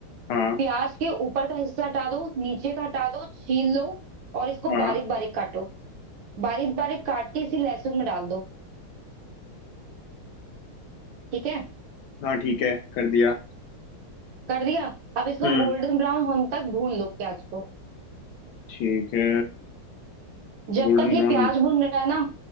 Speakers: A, on the left; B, on the right.
A: हाँ
B: प्याज के ऊपर का हिस्सा हटा दो नीचे का हटा दो छील लो और इसको
A: हाँ
B: बारीक बारीक काटो बारीक बारीक काट के इसी लहसुन में डाल दो ठीक है
A: हाँ ठीक है कर दिया
B: कर दिया अब इसको
A: हम्म
B: गोल्डन ब्राउन होने तक भून लो प्याज को
A: ठीक है
B: जब
A: Golden
B: तक ये
A: brown
B: प्याज भून रहा है ना